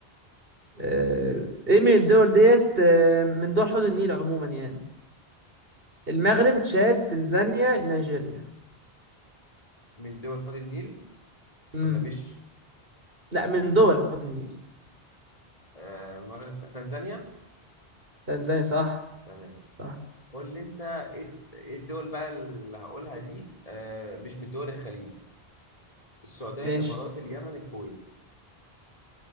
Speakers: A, on the right; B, on the left.
A: آه، ايه من الدول ديت آه، من دول حوض النيل عموما يعني المغرب تشاد تنزانيا نيجيريا
B: من دول حوض النيل
A: امم
B: ولا مش
A: لا من دول حوض النيل
B: آه، المغرب تنزانيا
A: تنزانيا صح
B: تمام
A: صح
B: قول لي انت ايه إيه الدول بقى اللي هقولها دي آه، مش من دول الخليج السعودية
A: ماشي
B: الامارات اليمن الكويت